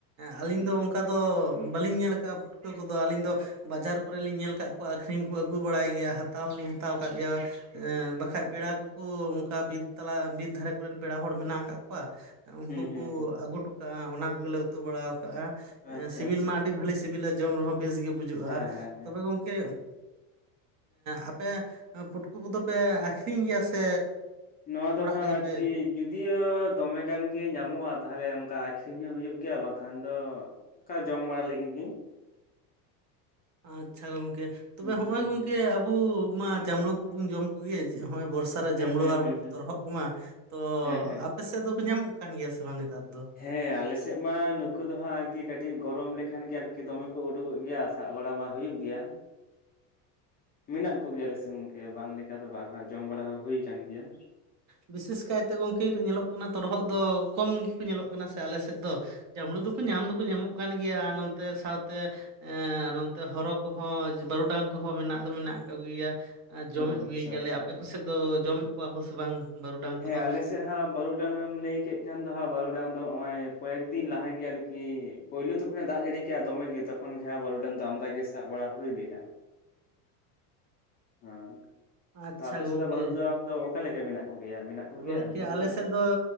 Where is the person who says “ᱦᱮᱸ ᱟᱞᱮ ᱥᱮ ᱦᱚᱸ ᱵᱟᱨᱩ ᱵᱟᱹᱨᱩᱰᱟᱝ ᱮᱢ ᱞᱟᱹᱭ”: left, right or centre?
Left